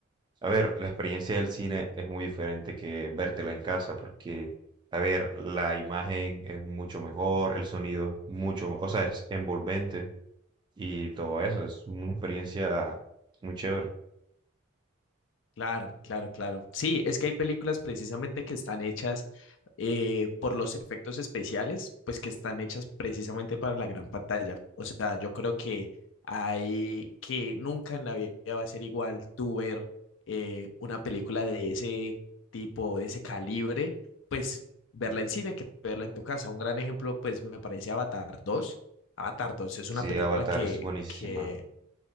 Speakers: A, on the right; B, on the left.
A: a ver, la experiencia del cine es muy diferente que vértela en casa, porque, a ver, la imagen es mucho mejor, el sonido es mucho, o sea, es envolvente y todo eso. Es una experiencia muy chévere.
B: Claro, claro, claro. Sí, es que hay películas precisamente que están hechas eh, por los efectos especiales, pues que están hechas precisamente para la gran pantalla. O sea, yo creo que hay que nunca en la vida va a ser igual tú ver eh, una película de ese tipo, de ese calibre, pues verla en cine que verla en tu casa. Un gran ejemplo, pues me parece Avatar dos. Avatar dos es una
A: Sí,
B: película
A: Avatar
B: que,
A: es buenísima.
B: que